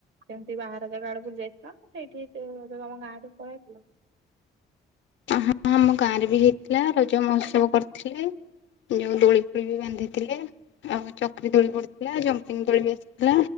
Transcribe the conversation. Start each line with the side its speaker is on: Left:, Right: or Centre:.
Right: ସେମିତି ବାହାର ଜାଗା ଆଡକୁ ବୁଲି ଯାଇଥିଲ। ସେଇଠିି ସେ ତମ ଗାଁକୁ ପଳେଇଥିଲ?
Left: ହଁ ଆମ ଗାଁ ରେ ବି ହେଇଥିଲା ରଜ ମହୋତ୍ସବ କରିଥିଲି। ଯୋଉ ଦୋଳି ଫୋଳି ବି ବାନ୍ଧିଥିଲେ। ଆଉ ଚକ୍ରି ଦୋଳି ପଡିଥିଲା ଜମ୍ପିଙ୍ଗ ଦୋଳି ବି ଆସିଥିଲା